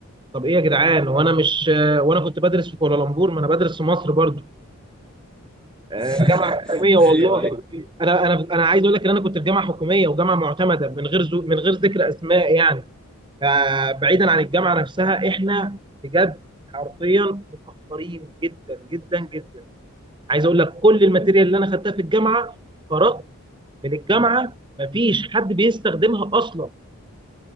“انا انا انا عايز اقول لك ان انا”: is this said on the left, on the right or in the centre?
Right